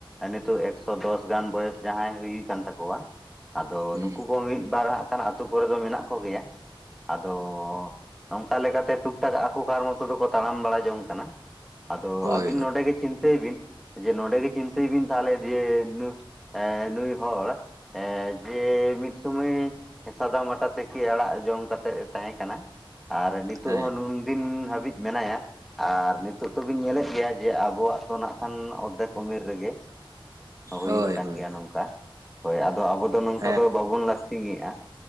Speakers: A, in the centre; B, on the right (about 35°).
A: ᱱᱤᱛᱚᱜ ᱮᱠᱥᱚ ᱫᱚᱥ ᱜᱟᱱ ᱵᱚᱭᱮᱥ ᱡᱟᱦᱟᱸᱭ ᱦᱩᱭ ᱠᱟᱱ ᱛᱟᱠᱚᱣᱟ᱾ ᱟᱫᱚ
B: ᱦᱮᱸ
A: ᱱᱩᱠᱩ ᱠᱚ ᱢᱤᱫ ᱵᱟᱨ ᱦᱟᱸᱜ ᱠᱷᱟᱱ ᱟᱛᱩ ᱠᱚᱨᱮ ᱫᱚ ᱢᱮᱱᱟᱜ ᱠᱚᱜᱮᱭᱟ ᱟᱫᱚᱼᱼ ᱝᱠᱟ ᱞᱮᱠᱟᱛᱮ ᱴᱩᱠ ᱴᱟᱠ ᱟᱠᱚ ᱠᱟᱨ ᱢᱚᱛᱚ ᱫᱚᱠᱚ ᱛᱟᱲᱟᱢ ᱵᱟᱲᱟ ᱡᱚᱝ ᱠᱟᱱᱟ᱾ ᱟᱫᱚ
B: ᱦᱳᱭ
A: ᱟᱹᱵᱤᱱ
B: ᱦᱳᱭ
A: ᱱᱚᱰᱮᱜ ᱪᱤᱱᱛᱟᱹᱭ ᱵᱤᱱ ᱡᱮ ᱱᱚᱰᱮᱜᱮ ᱪᱤᱱᱛᱟᱹᱭ ᱵᱤᱱ ᱛᱟᱦᱚᱞᱮ ᱡᱮᱼᱼ ᱦᱮᱸ ᱱᱩᱭ ᱦᱚᱲᱼᱼ ᱮ ᱡᱮ ᱢᱤᱫ ᱥᱩᱢᱟᱹᱭ ᱥᱟᱫᱟ ᱢᱟᱴᱟ ᱛᱤᱠᱤ ᱟᱲᱟᱜ ᱡᱚᱢ ᱠᱟᱛᱮᱜ ᱮ ᱛᱟᱦᱮᱸ ᱠᱟᱱᱟ᱾ ᱟᱨ ᱱᱤᱛᱚᱜ
B: ᱦᱮᱸ
A: ᱦᱚᱸ ᱱᱩᱱᱫᱤᱱ ᱦᱟᱹᱵᱤᱡ ᱢᱮᱱᱟᱭᱟ᱾ ᱟᱨ ᱱᱤᱛᱳᱜ ᱛᱚᱵᱤᱱ ᱧᱮᱞᱮᱫ ᱜᱮᱭᱟ ᱡᱮ ᱟᱵᱚᱣᱟᱜ ᱫᱚᱚ ᱱᱟᱜ ᱠᱷᱟᱱ ᱚᱨᱫᱷᱮᱠ ᱩᱢᱮᱨ ᱨᱮᱜᱮᱼᱼ ᱦᱩᱭᱩᱜ
B: ᱦᱳᱭ
A: ᱠᱟᱱ
B: ᱦᱳᱭ
A: ᱜᱮᱭᱟ ᱱᱚᱝᱠᱟ ᱦᱳᱭ ᱟᱫᱚ ᱟᱵᱚ ᱫᱚ ᱱᱚᱝᱠᱟ
B: ᱦᱮᱸ
A: ᱫᱚ ᱵᱟᱵᱚᱱ ᱞᱟᱥᱴᱤᱝᱮᱼᱟ᱾